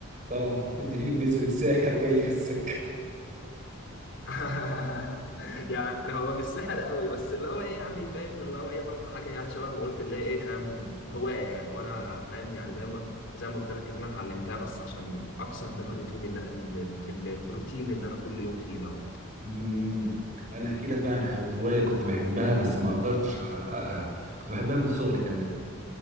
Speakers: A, on the right; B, on the left.
A: طبعا بتدي فيك بذرة ساحر جاي في السكة
B: <laughs> يعني هو مش سحر قوي بس اللي هو ايه يعني فاهم اللي هو ايه برضه حاجه يعني شبه ما قلت اللي هي ايه فاهم هوايه يعني وانا فاهم يعني زي ما زي ما قلت لك ان انا اتعلمتها بس عشان اكسر باب الروتين اللي اللي- اللي- الروتين اللي انا كل يوم فيه دوت
A: مم. انا هحكي لك بقى عن حو- هوايه كنت بحبها بس ما قدرتش احققها كنت بحبها من صغري كمان